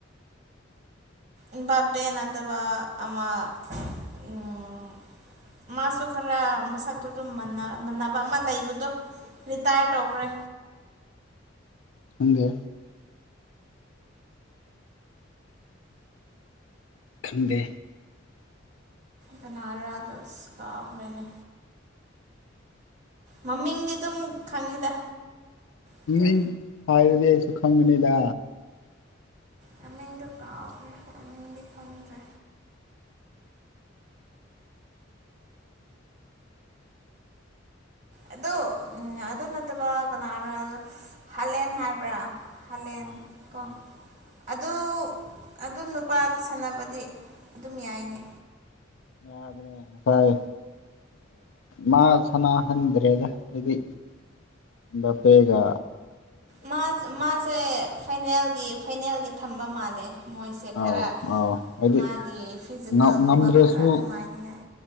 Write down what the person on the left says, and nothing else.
ꯈꯪꯗꯦ ꯈꯪꯗꯦ
ꯃꯤꯡ ꯍꯥꯏꯔꯗꯤ ꯑꯩꯁꯨ ꯈꯪꯒꯅꯤꯗ
ꯑꯥ ꯑꯥ
ꯌꯕꯅꯦ ꯉꯁꯥꯏ ꯃꯥ ꯁꯅꯥꯍꯟꯗ꯭ꯔꯦꯗ ꯍꯥꯏꯗꯤ <unintelligible> ꯄꯦꯒ
ꯑꯧ ꯑꯧ ꯍꯥꯏꯗꯤ
ꯉꯝꯗ꯭ꯔꯁꯨ